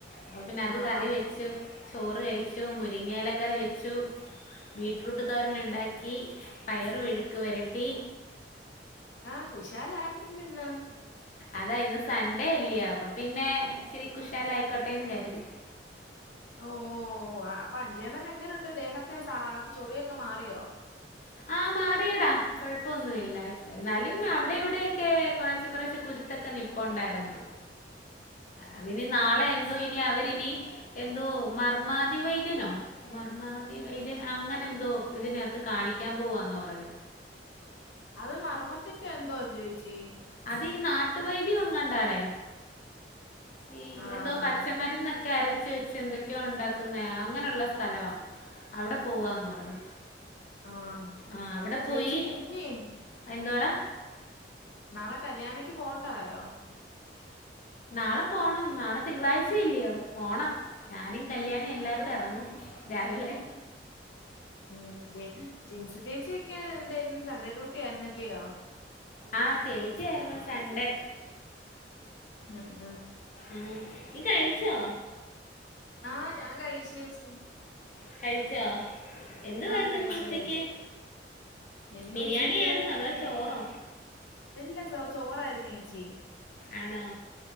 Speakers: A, on the left; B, on the left.
A: അപ്പ പിന്നെ അത്
B: ആഹ്
A: കറി
B: ആഹ്
A: വെച്ചു ചോറ് കഴിച്ചു മുരിങ്ങയിലക്കറി വെച്ചു, ബിട്രൂട്ട് തോരന് ഉണ്ടാക്കി പയർ മെഴുക്ക് വരട്ടി
B: ആഹ് കുശാല ആയിരുന്നല്ലോ ഇന്ന്
A: അതാ ഇന്ന് സൺഡേ അല്ലയോ അപ്പൊ പിന്നെ ഇച്ചിരി കുശാലയിക്കോട്ടെന്ന് കരുതി
B: ഓഹ് ഓഹ് ആഹ് അപ്പ അഞ്ചിഅണ്ണന് എങ്ങനുഉണ്ട് ദേഹത്തെ സാ ചൊറിയൊക്കെ മാറിയോ?
A: ആഹ് മാറിയടാ കൊഴപ്പൊന്നുഇല്ല ഇപ്പ എന്നാലും അവിടെ ഇവിടെഓക്കെ കുറച്ചെ കുറച്ചെ കുരുത്തൊക്കെ നിപ്പുണ്ടാരുന്നു അതിനി നാളെ എന്തോ ഇനി അവരിനി എന്തോ മർമാതി വൈദ്യനോ മർമാതി വൈദ്യൻ അങ്ങനെ എന്തോ ഇതിനത്ത് കാണിക്കാൻ പോവാന്ന് പറഞ്ഞു.
B: അത് മർമ്മത്തിന്റെ എന്തോ അല്ലേച്ചി
A: അതി നാട്ടുവൈദ്യം എങ്ങാണ്ടാടേ ഈ
B: ആഹ്
A: എന്തോ
B: ആഹ്
A: പച്ചമരുന്ന്. ഒക്കെ അരച്ച് വെച്ച് എന്തൊക്കെയോ ഉണ്ടാക്കുന്ന അങ്ങനെഉള്ള സ്ഥലവാ. അവിടെ പോവാന്ന് പറഞ്ഞു
B: ആഹ്
A: ആഹ് അവിടെ
B: ചേച്ചി
A: പോയി
B: പിന്നെ
A: എന്തോടാ
B: നാളെ കല്യാണിക്ക് പോണ്ടായോ?
A: നാളെ പോണം നാളെ തിങ്കളാഴ്ച ഇല്ലയോ പോണം. ഞാനും കല്യാണി എല്ലാരുടെ ഇറങ്ങും രാവിലെ.
B: ഉം ച്ചെ ജിൻസി ചേച്ചിക്ക് എന്തായിരുന്നു സൺഡേ ഡ്യൂട്ടി ആയിരുന്നല്ലയോ?
A: ആഹ് ചേച്ചിയിരുന്നു സൺഡേ
B: ഉം ഉം
A: ആഹ് നി കഴിച്ചോ
B: ആഹ് ഞാൻ കഴിച്ചേച്ചി
A: കഴിച്ചോ എന്ത്
B: ആഹ്
A: വരുന്ന്
B: കഴിച്ചു
A: ഇന്ന് ഉച്ചക്ക്
B: കഴിച്ചു ഇന്ന്
A: ബിരിയാണി
B: ഉച്ചക്ക്
A: ആരുന്നോ അതോ ചോറോ
B: ഇല്ല ചോ ചോറായിരുന്നു ചേച്ചി
A: ആണോ